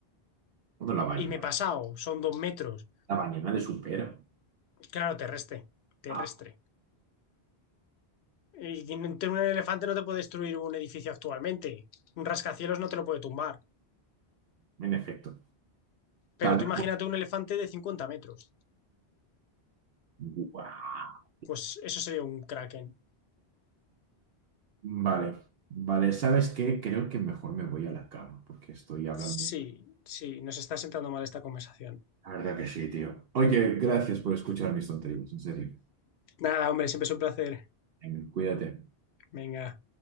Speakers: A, on the right; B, on the left.
A: Bueno, la ballena.
B: Y me he pasado, son 2 metros.
A: La ballena le supera.
B: Claro, terrestre, terrestre.
A: Ah,
B: Y un elefante no te puede destruir un edificio actualmente. Un rascacielos no te lo puede tumbar.
A: en efecto. Tal
B: Pero tú imagínate un elefante de 50 metros.
A: Guau.
B: Pues eso sería un kraken.
A: Vale, vale, ¿sabes qué? Creo que mejor me voy a la cama porque estoy hablando.
B: Sí, sí, nos está sentando mal esta conversación.
A: La verdad que sí, tío. Oye, gracias por escuchar mis tonterías, en serio.
B: Nada, hombre, siempre es un placer.
A: Venga, Cuídate.
B: Venga.